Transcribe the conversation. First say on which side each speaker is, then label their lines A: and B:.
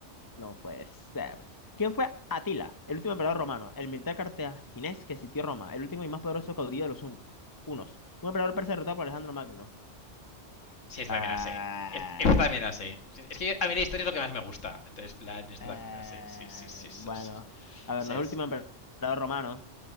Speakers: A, on the left (about 20°); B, on the left (about 85°).
A: No puede ser. ¿Quién fue Atila, el último emperador romano, el militar cartaginés que sitió Roma, el último y más poderoso caudillo de los un- unos? Un emperador persa derrotado por Alejandro Magno.
B: Sí, esta
A: Ah,
B: también la sé. Est- Esta también la sé. Sí, Es que a mí la historia es lo que más me gusta. Entonces, plan, esta
A: eh,
B: también me la sé. Sí, sí, sí, eso
A: bueno,
B: sí.
A: a ver,
B: Sí,
A: no es
B: es-
A: el último emperador romano,